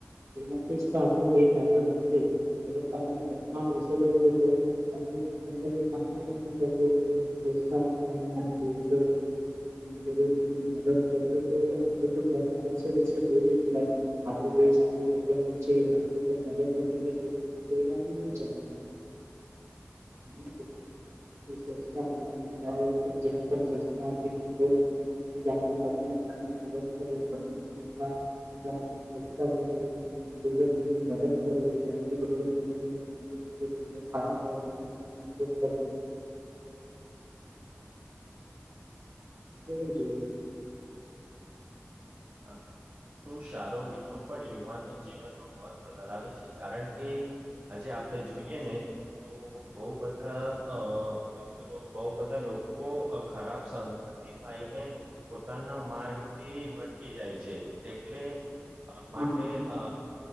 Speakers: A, on the right (about 80°); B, on the right (about 50°).
A: એ નથી જ તો આપણો બે ફાયદો વધશે એ તો તમને ઘરમાં બેસું એ તો હવે કોઈ તમને તમને કોઈ કામે નથી કરતું સ્વચ્છતા અભિયાનમાં જે તમ જરૂરત મંદને મદદ કરશે તો આપણે તો ઘરમાં દસે દસે દેશ આગળ વધવાનો છે આપણે કોઈ મદદ નક્કી કરીએ તો એનાથી નહીં જામે ભાઈ <inaudible> એ સ્વચ્છતા થાય તમે જાઓ છો જ્યાં પણ સ્વચ્છતા અભિયાન હોય <unintelligible> ક્યાંય જાઓ ને તમને તમને મદદ કરે તમને નિસ્વાર્થ <unintelligible> સ્વચ્છતા કરવું અને જરૂરત મંદની મદદ કરવું, જ્યાંથી જરૂરત મંદની મદદ તેથી તમને ખડા રહો તમને અહીંયા મદદ કરે. લેવો જોઈએ.
B: હા. શું સારો મિત્રો પણ યુવાનનો જીવનમાં મહત્વ ધરાવે છે કારણ કે આજે આપ આપણે જોઈએ ને, તો બહુ બધા અ મિત્રો બહુ બધા લોકો ખરાબ સંગતિ પાઈને, પોતાના માર્ગથી ભટ કી જાય છે એટલે, અ
A: હા
B: માટે અ